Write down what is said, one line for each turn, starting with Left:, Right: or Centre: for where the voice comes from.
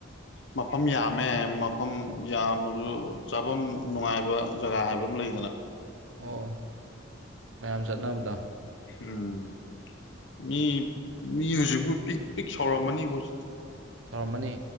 Left: ꯃꯐꯝ ꯌꯥꯝꯃꯦ ꯃꯐꯝ ꯌꯥꯝꯃꯁꯨ ꯆꯥꯐꯝ ꯅꯨꯡꯉꯥꯏꯕ ꯖꯒꯥ ꯍꯥꯏꯕ ꯑꯃ ꯂꯩ ꯗꯅ
Right: ꯑꯣ ꯃꯌꯥꯝ ꯆꯠꯅꯕꯗꯣ
Left: ꯎꯝ ꯃꯤ ꯃꯤ ꯍꯧꯖꯤꯛꯄꯨ ꯄꯤꯛ ꯄꯤꯛ ꯁꯥꯎꯔꯝꯃꯅꯤꯕꯨ ꯍꯧꯖꯤꯛꯇꯤ
Right: ꯁꯧꯔꯝꯃꯅꯤ